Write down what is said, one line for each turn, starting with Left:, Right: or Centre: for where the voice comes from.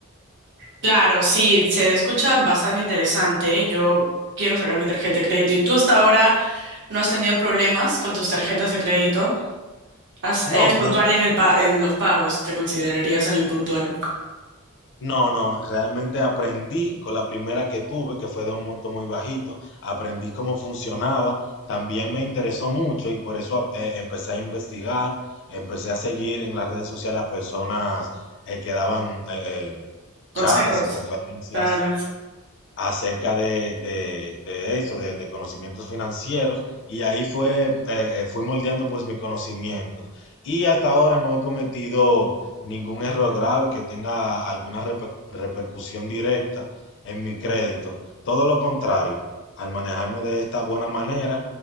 Right: Claro, sí, se escucha bastante interesante. Yo quiero sacar mi tarjeta de crédito. ¿Y tú hasta ahora no has tenido problemas con tus tarjetas de crédito? Has- eres
Left: No, como,
Right: puntual en el pa- en los pagos, te considerarías alguien puntual.
Left: no, no, realmente aprendí con la primera que tuve, que fue de un monto muy bajito, aprendí cómo funcionaba, también me interesó mucho y por eso eh, empecé a investigar, empecé a seguir en las redes sociales a personas eh, que daban eh, eh,
Right: Consejos.
Left: charlas y conferencias
Right: Claro,
Left: acerca de, de, de eso, de, de conocimientos financieros, y ahí fue, eh, eh, fui moldeando pues mis conocimientos. Y hasta ahora no he cometido ningún error grave que tenga alguna reper- repercusión directa en mi crédito. Todo lo contrario, al manejarme de esta buena manera,